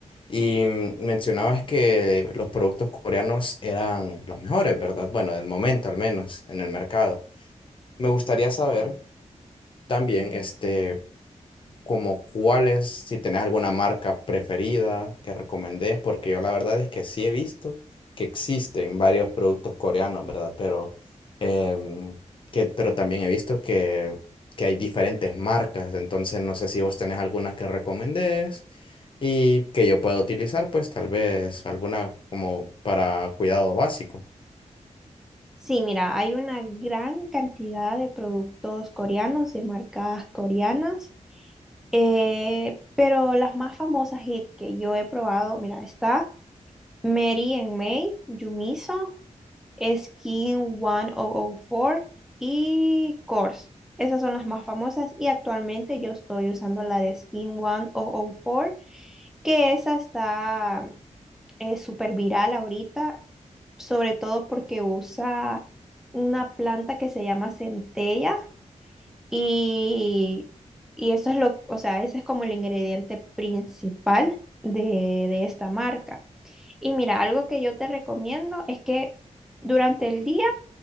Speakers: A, on the left (about 45°); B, in the centre.
A: Y mm, mencionabas que los productos coreanos eran los mejores, ¿verdad? Bueno, del momento al menos en el mercado. Me gustaría saber también, este, como cuáles, si tenés alguna marca preferida que recomendés, porque yo la verdad es que sí he visto que existen varios productos coreanos, ¿verdad? Pero, em, que, pero también he visto que, que hay diferentes marcas, entonces no sé si vos tenés alguna que recomendés y que yo pueda utilizar, pues tal vez alguna como para cuidado básico.
B: Sí, mira, hay una gran cantidad de productos coreanos, de marcas coreanas, eh, pero las más famosas y que yo he probado, mira, está Mary and May, Yumiso, Skin 1004 y Kors. Esas son las más famosas y actualmente yo estoy usando la de Skin 1004, que esa está es súper viral ahorita, sobre todo porque usa una planta que se llama centella y, y eso es lo, o sea, ese es como el ingrediente principal de, de esta marca. Y mira, algo que yo te recomiendo es que durante el día,